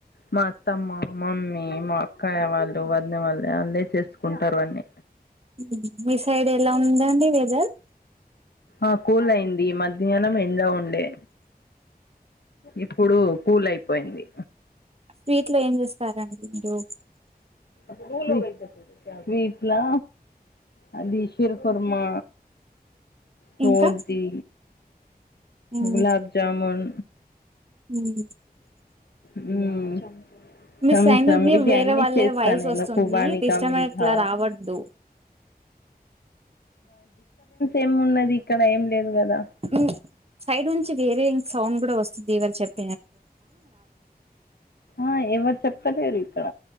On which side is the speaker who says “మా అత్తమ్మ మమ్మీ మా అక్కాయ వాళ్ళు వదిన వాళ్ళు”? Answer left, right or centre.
Left